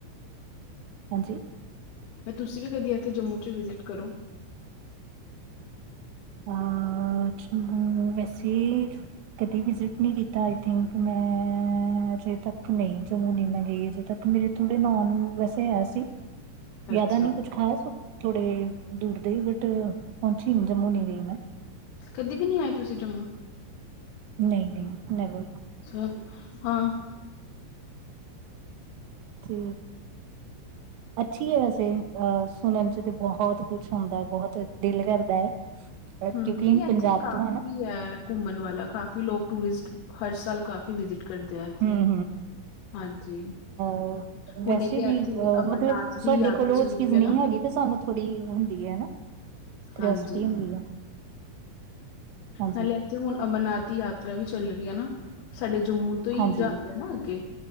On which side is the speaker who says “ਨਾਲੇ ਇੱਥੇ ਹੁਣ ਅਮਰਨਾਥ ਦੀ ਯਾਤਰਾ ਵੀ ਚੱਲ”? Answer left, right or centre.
Left